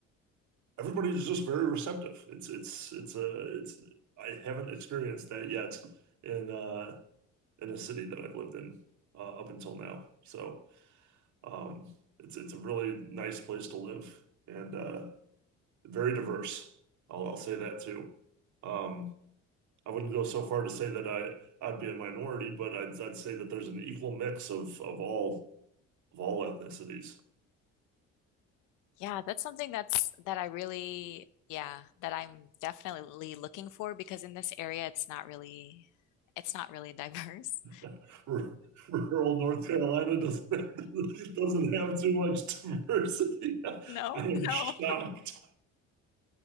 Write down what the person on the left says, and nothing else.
Yeah, that's something that's that I really, yeah, that I'm definitely looking for because in this area it's not really it's not really diverse.
<laughs>
No,
no.